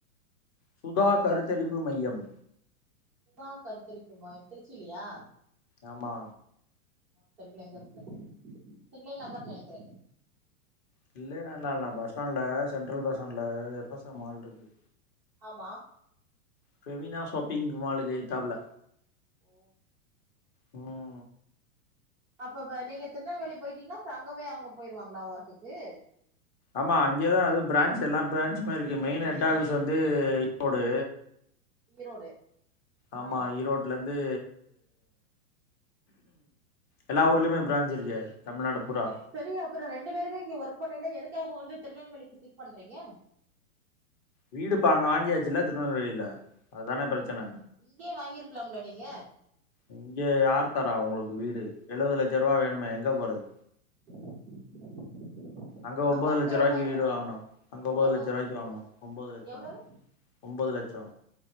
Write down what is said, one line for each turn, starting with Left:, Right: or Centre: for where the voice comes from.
Left: சுதா கருத்தரிப்பு மையம்
Centre: சுதா கருத்தரிப்பு மாயம் திருச்சிலியா
Left: ஆமா
Centre: தெர்ல எங்க இருக்குனு தில்லை நகர்னு நனைக்கிறே
Left: தில்லைநகர்ல்லா இல்ல பஸ்டாண்ட்ல சென்ட்ரல் பஸ்டாண்ட்ல எஃப்எஸ்எம் மால்ருக்கு
Centre: ஆமா
Left: ஃபெமினா ஷாப்பிங் மாலுக்கு எய்த்தாபுல
Centre: ஓ
Left: ம்
Centre: அப்ப பா நீங்க திருநெல்வேலி போயிட்டீங்ன்னா அப்ப அங்கவே அவங்க போயிருவாங்ளா ஒர்க்குக்கு
Left: ஆமா அங்கேதா அது பிரான்ச் எல்லா பிரான்ச்சுமே இருக்கு மெயின் ஹெட் ஆஃபீஸ் வந்து <inaudible> ரோடு
Centre: ஈரோடு
Left: ஆமா
Centre: ஆ
Left: ஈரோட்டுலந்து எல்லா ஊர்லயுமே பிரான்ஞ் இருக்கே தமிழ்நாடு பூரா
Centre: செரி அப்புறோ ரெண்டு பேருமே இங்க ஒர்க் பண்ணைல எதுக்காக வந்து திருநெல்வேலிக்கு சிஃப்ட் பண்றீங்க
Left: வீடு இப்ப அங்க வாங்கியாச்சுல்ல திருநெல்வேலில அதுதான பிரச்சன
Centre: இங்யே வாங்கிருக்லாம்ல நீங்க
Left: இங்க யார் தரா உங்களுக்கு வீடு எழுவது லட்சரூவா வேணுமே எங்க போறது
Centre: <unintelligible>
Left: அங்க ஒன்போது
Centre: அப்ப
Left: லட்ச ரூபாய்க்க
Centre: எவ்வளவு
Left: வீடு வாங்கனும் அங்க ஒன்போது
Centre: எவ்வளவு
Left: லட்ச ரூபாய்க்கு வாங்கனு ஒன்போது லட்சோ
Centre: எவ்வளவு
Left: ஒன்போது லட்சோ